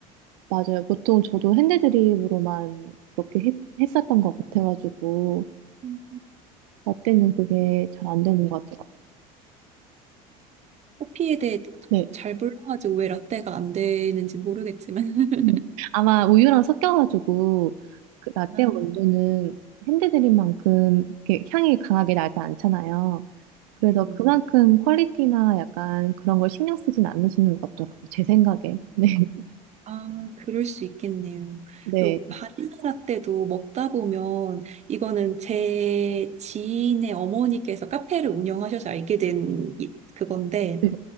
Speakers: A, on the right (about 85°); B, on the right (about 40°).
A: 맞아요. 보통 저도 핸드드립으로만 그렇게 했, 했었던 것 같아가지고,
B: 음.
A: 라떼는 그게 잘 안 되는 것 같아요.
B: 커피에 대해
A: 네.
B: 잘 몰라가지고 왜 라떼가 안 되는지 모르겠지만. <laughs>
A: 음. 아마 우유랑 섞여가지고, 그 라떼
B: 아,
A: 원두는 핸드드립만큼 이렇게 향이 강하게 나지 않잖아요. 그래서
B: 네네.
A: 그만큼 퀄리티나 약간 그런 걸 신경 쓰진 않으시는 것 같더라고요. 제 생각에. <laughs>
B: 아, 그럴 수 있겠네요.
A: 네.
B: 그리고
A: 네.
B: 바닐라 라떼도 먹다 보면 이거는 제 지인의 어머니께서 카페를 운영하셔서 알게 된 이- 그건데
A: 네.